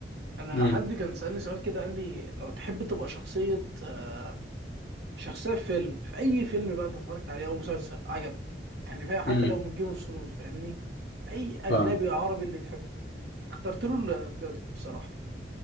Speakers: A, on the right; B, on the left.
A: انا
B: امم
A: حد كان سألني سؤال كده قال لي لو تحب تبقى شخصيه آه شخصيه في فيلم في اي فيلم بقى انت اتفرجت عليه او مسلسل عجبك يعني فاهم حتى
B: امم
A: لو من جيم اوف ثرونز فاهمني اي اجنبي
B: فاهمك
A: عربي اللي تحبه اخترت له لافجادو بصراحه